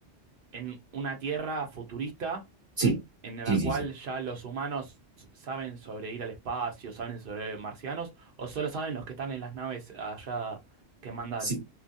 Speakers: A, on the right; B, on the right.
A: en una tierra futurista
B: sí,
A: en la
B: sí, sí,
A: cual
B: sí.
A: ya los humanos saben sobre ir al espacio, saben sobre marcianos, o solo saben los que están en las naves allá que mandaron.
B: Sí,